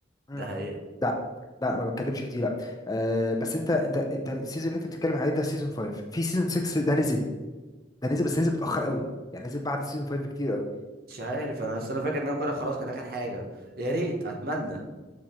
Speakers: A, on the left; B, on the right.
A: مم.
B: ده حقيقة
A: لا لا ما بتكلمش في دي لا آه بس انت انت انت السيزون اللي انت بتتكلم عليه ده سيزون 5 في سيزون 6 ده نزل ده نزل بس نزل متأخر قوي يعني نزل بعد سيزون 5 بكتير قوي
B: مش عارف انا اصل انا فاكر ان انا كده خلاص كان اخر حاجه يا ريت اتمنى